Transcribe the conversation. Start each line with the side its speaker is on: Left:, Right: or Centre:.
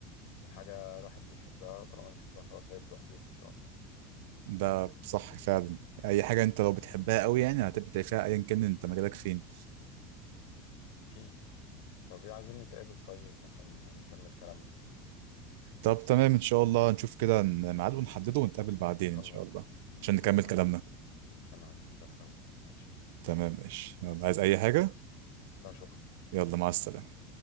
Left: وحاجه الواحد بيحبها طالما بيحبها خلاص هيبدع فيها ان شاء الله
Right: ده صح فعلا اي حاجه انت لو بتحبها قوي يعني هتبدع فيها ايا كان انت مجالك فين
Left: اكيد طب إيه، عايزين نتقابل طيب عشان نكمل كلامنا
Right: طب تمام ان شاء الله نشوف كده ميعاد ونحدده ونتقابل
Left: عشان
Right: بعدين
Left: خلص
Right: ان شاء الله عشان نكمل
Left: عشان عندي
Right: كلامنا
Left: مز... عشان عندي مذاكرة وكده ماشي يا غالي.
Right: تمام ماشي يلا عايز اي حاجه
Left: لا شكرا
Right: يلا مع السلامه